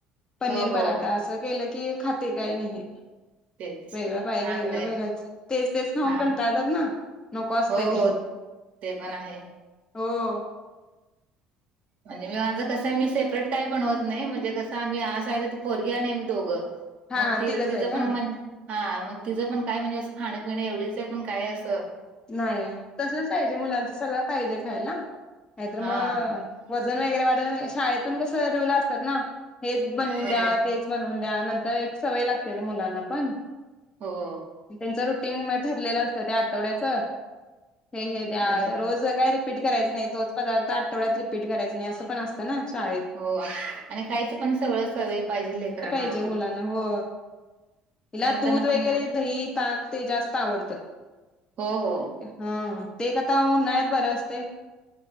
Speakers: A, on the left; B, on the right.
A: पनीर
B: हो हो
A: पराठा असं केलं की खाते काय नाही.
B: तेच
A: वेगळं
B: चांगलंय
A: पाय वेगळं वेगळ तेच तेच खाऊन
B: हा
A: कंटाळतात ना.
B: हो
A: ते
B: हो ते पण आहे.
A: हो.
B: म्हणजे मी माझं कसंय मी सेपरेट काय बनवत नाही. म्हणजे कसं मी आसयला ती पोरगी आणि आम्ही दोघं.
A: हा
B: मग तिर
A: तिघंच
B: तिज
A: आहे का
B: पण म्हण हा मग तिचं पण काय म्हणजे असं खाण्यापिणे एवढीच आहे. पण काय असं
A: नाही. तसच पाहिजे मुलांच सगळं पाहिजे खायला. नाहीतर
B: हा
A: मग वजन वगैरे वाढव, शाळेतून कसं रूल असतात ना, हेच बनवून
B: हो
A: द्या. तेच बनवून द्या. नंतर एक सवय लागते ते मुलांना पण.
B: हो.
A: त्यांच रुटीन मग ठरलेलं असतं, त्या आठवड्याच. हे हे द्या.
B: आणि
A: रोज काय रिपीट करायच नाही. तोच पदार्थ आठवड्यात रिपीट करायच नाही. असं पण असतं ना शाळेत.
B: हो आणि खायचं पण सगळं सवय पाहिजे लेकरांना.
A: की जे
B: म्हणजे
A: मुलांना हो. हिला
B: नंतर
A: दूध
B: पण
A: वगैरे
B: का
A: दही, ताक ते जास्त आवडतं.
B: हो हो.
A: हा ते एक आता उन्हाळ्यात बरं असतंय.